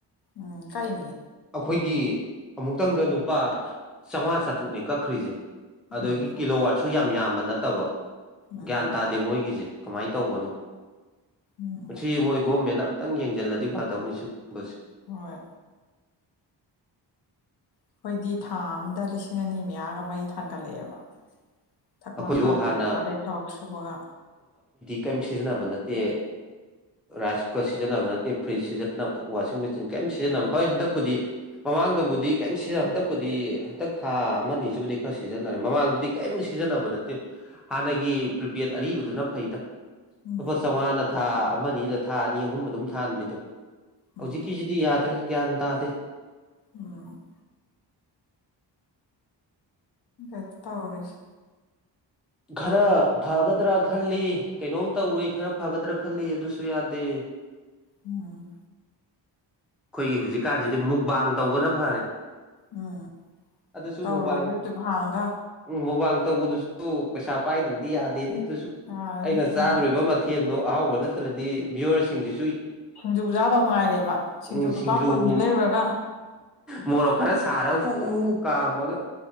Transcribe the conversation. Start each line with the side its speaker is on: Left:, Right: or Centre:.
Left: ꯎꯝ ꯀꯥꯏꯅꯤ
Centre: ꯑꯩꯈꯣꯏꯒꯤ ꯑꯃꯨꯛꯇꯪꯗ ꯂꯨꯄꯥ ꯆꯥꯝꯃꯉꯥ ꯆꯥꯇ꯭ꯔꯨꯛꯅꯦ ꯀꯛꯈ꯭ꯔꯤꯁꯦ ꯑꯗꯒꯤ
Left: ꯎꯝ
Centre: ꯀꯤꯂꯣ ꯋꯥꯠꯁꯨ ꯌꯥꯝ ꯌꯥꯝꯕ ꯅꯠꯇꯕ
Left: ꯎꯝ
Centre: ꯒ꯭ꯌꯥꯟ ꯇꯥꯗꯦ ꯃꯣꯏꯒꯤ ꯦ ꯀꯃꯥꯏꯅ ꯇꯧꯕꯅꯣ
Left: ꯎꯝ
Centre: ꯁꯤ ꯃꯣꯏ ꯒꯦꯟ ꯈꯤꯇꯪ ꯌꯦꯡꯁꯤꯜꯂꯗꯤ ꯐꯗꯧꯅꯤ ꯁꯤꯒꯨꯝꯕꯁꯦ
Left: ꯍꯣꯏ ꯑꯩꯈꯣꯏꯗꯤ ꯊꯥ ꯑꯃꯗ ꯂꯤꯁꯤꯡ ꯑꯅꯤ ꯃꯌꯥꯒ ꯃꯩ ꯊꯥꯡꯒꯠꯂꯛꯑꯦꯕ ꯊꯛ
Centre: ꯑꯩꯈꯣꯏꯁꯨ
Left: ꯃꯈꯥ
Centre: ꯍꯥꯟꯅ
Left: ꯊꯥꯜꯂꯛꯄ ꯑꯗꯩ ꯊꯕꯛ ꯁꯨꯕꯒ
Centre: ꯀꯩꯝ ꯁꯤꯖꯤꯟꯅꯕ ꯅꯠꯇꯦ ꯔꯥꯏꯁ ꯀꯨꯀꯔ ꯁꯤꯖꯤꯟꯅꯕ ꯅꯠꯇꯦ ꯐ꯭ꯔꯤꯖ ꯁꯤꯖꯤꯟꯅꯕ ꯋꯥꯁꯤꯡ ꯃꯦꯆꯤꯟ ꯀꯔꯤꯝ ꯁꯤꯖꯤꯟꯅꯕ ꯍꯣꯏ ꯍꯟꯗꯛꯄꯨꯗꯤ ꯃꯃꯥꯡꯗꯕꯨꯗꯤ ꯀꯔꯤꯝꯇ ꯁꯤꯖꯤꯟꯅ ꯍꯟꯗꯛꯄꯗꯤ ꯍꯟꯗꯛ ꯊꯥ ꯑꯃ ꯑꯅꯤꯁꯤꯕꯨꯗꯤ ꯈꯔ ꯁꯤꯖꯤꯟꯅꯔꯦ ꯃꯃꯥꯡꯗꯗꯤ ꯀꯔꯤꯝ ꯁꯤꯖꯤꯟꯅꯕ ꯅꯠꯇꯦ ꯍꯥꯟꯅꯒꯤ ꯄ꯭ꯔꯤꯄꯦꯗ ꯑꯔꯤꯕꯗꯨꯅ ꯐꯩꯗ
Left: ꯎꯝ
Centre: ꯂꯨꯄꯥ ꯆꯥꯝꯃꯉꯥꯅ ꯊꯥ ꯑꯃ ꯑꯅꯤꯗ ꯊꯥ ꯑꯅꯤ ꯑꯍꯨꯝ ꯑꯗꯨꯝ ꯊꯥꯍꯟꯕꯤꯗꯨꯣ
Left: ꯎꯝ
Centre: ꯍꯧꯖꯤꯛꯀꯤꯁꯤꯗꯤ ꯌꯥꯗ꯭ꯔꯦ ꯒ꯭ꯌꯥꯟ ꯇꯥꯗꯦ
Left: ꯎꯝ ꯦꯠ ꯇ ꯍꯧꯔꯁ
Centre: ꯈꯔ ꯐꯒꯗ꯭ꯔꯥ ꯈꯜꯂꯤ ꯀꯩꯅꯣꯝ ꯇꯧꯔꯨꯏ ꯈꯔ ꯐꯒꯗ꯭ꯔꯥ ꯈꯜꯂꯤ ꯑꯗꯨꯁꯨ ꯌꯥꯗꯦ
Left: ꯎꯝ
Centre: ꯑꯩꯈꯣꯏꯒꯤ ꯍꯧꯖꯤꯛꯀꯥꯟꯁꯤꯗꯤ ꯃꯨꯛꯕꯥꯡ ꯇꯧꯕꯅ ꯐꯔꯦ
Left: ꯎꯝ
Centre: ꯑꯗꯨꯁꯨ
Left: ꯇꯧꯔꯣ
Centre: ꯃꯨꯕꯥ
Left: ꯌꯨꯇ꯭ꯌꯨꯞ ꯍꯥꯡꯒ
Centre: ꯎꯝ ꯃꯨꯕꯥꯥꯡ ꯇꯧꯕꯗꯨꯁꯨ ꯄꯩꯁꯥ ꯄꯥꯏꯗ꯭ꯔꯗꯤ ꯌꯥꯗꯦꯅꯦ ꯑꯗꯨꯁꯨ
Left: ꯌꯥꯔꯅꯤ
Centre: ꯑꯩꯅ ꯆꯥꯗꯣꯔꯤꯕ
Left: ꯅꯪ
Centre: ꯃꯊꯦꯜ ꯑꯗꯣ ꯑꯍꯥꯎꯕ ꯅꯠꯇ꯭ꯔꯗꯤ ꯚꯤꯌꯋꯔꯁꯤꯡꯁꯤ
Left: ꯁꯤꯡꯖꯨꯖꯥꯗꯧ ꯉꯥꯏꯔꯦꯕ ꯁꯤꯡꯖꯨ
Centre: ꯎ
Left: ꯂꯨꯄꯥ
Centre: ꯁꯤꯡꯖꯨꯒꯨꯝ
Left: ꯀꯨꯟꯒꯤ ꯂꯩꯔꯨꯔꯒ
Centre: ꯃꯣꯔꯣꯛ ꯈꯔ ꯁꯥꯔꯒ ꯍꯨ ꯍꯨ ꯍꯨ ꯀꯥꯝꯃꯒ